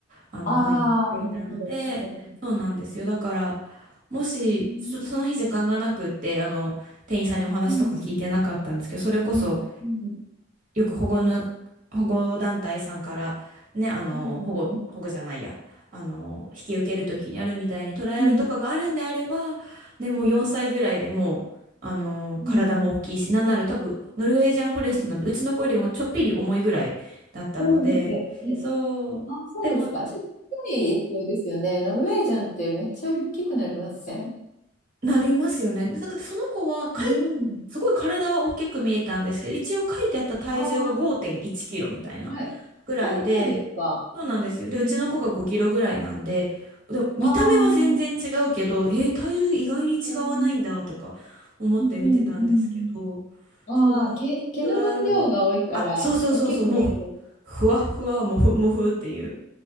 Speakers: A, on the right; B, on the left.
A: あの風になっていたのでそうなんですよだから
B: ああ、なるほど、なるほど。
A: もしちょっとその日時間がなくってあの店員さんにお話とか聞いてなかったんですけどそれこそ
B: うん。うん。うん。うん。
A: よく保護の、保護団体さんからね、あの、
B: うん。
A: 保護、
B: うん。
A: 保護じゃないや、あの、引き受けるときにあるみたいにトライアルとかがあるんであれば、
B: うん。
A: ね、もう4歳ぐらいでもう、あの、
B: うん。
A: 体も大きいし、なんなら多分、ノルウェージャンフォレストなんで、
B: うん。
A: うちの子よりもちょっぴり重いぐらいだったので、
B: そうですよ。え、
A: そう、
B: あ、そうですか。
A: でも、
B: じゃあ、近い方ですよね。ノルウェージャンってめっちゃ大きくなりません
A: うんなりますよね。でなんかその子はかい、
B: なりますね。
A: すごい体は大きく見えたんですけど、一応書いてあった体重が5.1キロみたいな
B: ああ、はい。
A: ぐらいで、
B: ああ、そうですか。
A: そうなんですよ。
B: うん、
A: で、うちの子が5キロぐらいなんで、でも見た目は全然違うけど、
B: ああ、うん、
A: えー体重意外に違わないんだとか思って見てたんですけど、
B: うんうん、うんああ、
A: そう、なんかトライアルが、
B: 毛、毛の分量が多いから、
A: あ、そうそうそうそう、
B: 大きく見えるんで
A: もう、ふわっふわ、
B: すね。
A: もふもふっていう